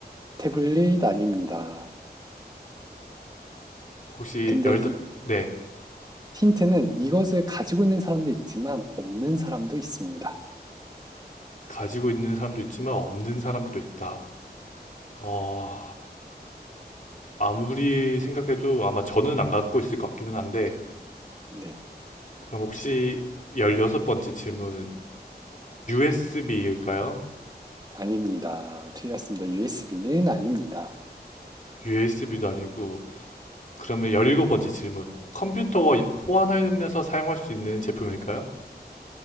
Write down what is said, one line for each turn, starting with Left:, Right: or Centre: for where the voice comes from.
Right: 태블릿 아닙니다.
Left: 혹시
Right: 근데
Left: 열
Right: 이-
Left: 네.
Right: 힌트는 이것을 가지고 있는 사람도 있지만 없는 사람도 있습니다.
Left: 가지고 있는 사람도 있지만 없는 사람도 있다. 어, 아무리 생각해도 아마 저는 안 갖고 있을 것 같기는 한데
Right: 네,
Left: 그럼 혹시 열여섯번째 질문 USB일까요?
Right: 아닙니다. 틀렸습니다. USB는 아닙니다.
Left: USB도 아니고 그러면 열일곱번째 질문 컴퓨터와 호환하면서 사용할 수 있는 제품일까요?